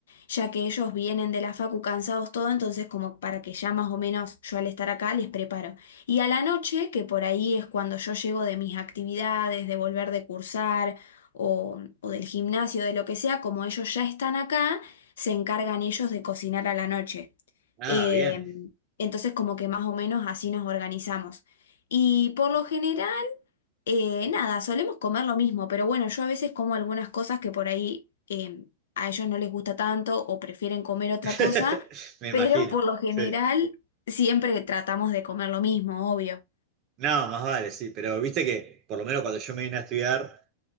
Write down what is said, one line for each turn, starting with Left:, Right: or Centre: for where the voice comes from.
Left: ya que ellos vienen de la facu cansados todo, entonces como para que ya más o menos yo al estar acá les preparo. Y a la noche, que por ahí es cuando yo llego de mis actividades, de volver de cursar o, o del gimnasio, de lo que sea, como ellos ya están acá, se encargan ellos de cocinar a la noche.
Right: Ah,
Left: Em,
Right: bien.
Left: entonces como que más o menos así nos organizamos. Y por lo general, eh, nada, solemos comer lo mismo, pero bueno, yo a veces como algunas cosas que por ahí eh, a ellos no les gusta tanto o prefieren comer otra
Right: <laughs>
Left: cosa,
Right: Me imagino.
Left: pero por lo general
Right: Sí.
Left: siempre tratamos de comer lo mismo, obvio.
Right: No, más vale, sí, pero viste que por lo menos cuando yo me vine a estudiar,